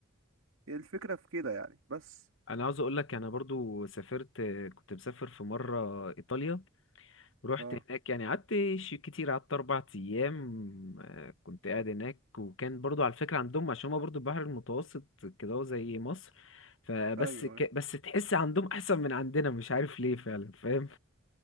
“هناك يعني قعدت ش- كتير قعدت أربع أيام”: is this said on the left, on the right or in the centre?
Left